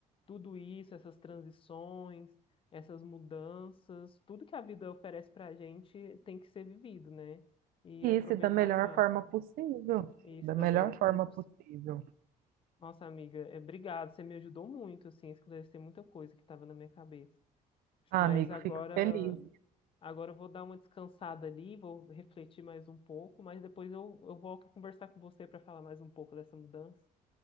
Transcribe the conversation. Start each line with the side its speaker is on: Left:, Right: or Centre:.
Left: tudo isso, essas transições, essas mudanças, tudo que a vida oferece pra gente tem que ser vivido, né? E
Right: E
Left: aproveitar
Right: isso da melhor
Left: ao máximo.
Right: forma possível,
Left: Isso
Right: da
Left: da
Right: melhor
Left: melhor forma
Right: forma
Left: possível.
Right: possível.
Left: Nossa, amiga, é, obrigado. Você me ajudou muito, assim, a esclarecer muita coisa que estava na minha cabeça.
Right: Ah,
Left: Mas
Right: amigo,
Left: agora,
Right: fico feliz.
Left: agora eu vou dar uma descansada ali, vou refletir mais um pouco, mas depois eu, eu volto a conversar com você para falar mais um pouco dessa mudança.